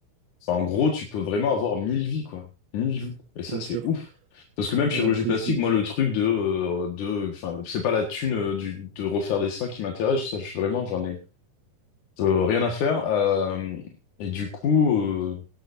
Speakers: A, on the left; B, on the right.
A: Enfin, en gros, tu peux vraiment avoir mille vies, quoi. Mille vies. Et ça,
B: Bien
A: c'est
B: sûr.
A: ouf. Parce que même chirurgie
B: Voilà, c'est
A: plastique,
B: c'est-
A: moi, le truc de, euh, de, enfin, c'est pas la thune euh, du, de refaire des seins qui m'intéresse. Ça, je- vraiment, j'en ai euh, rien à faire. Euh, et du coup, euh,